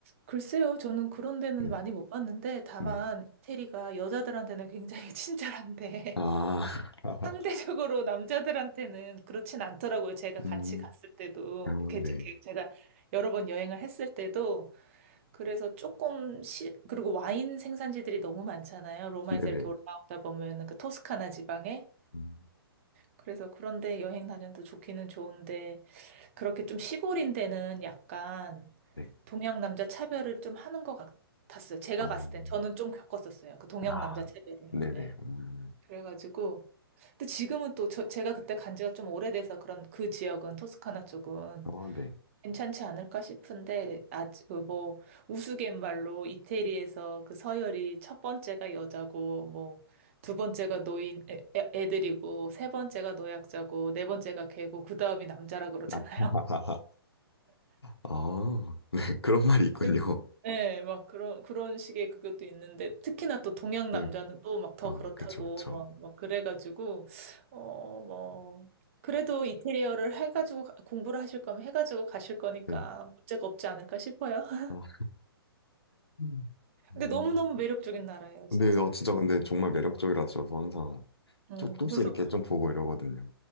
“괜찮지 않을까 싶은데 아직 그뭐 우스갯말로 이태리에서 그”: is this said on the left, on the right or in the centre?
Right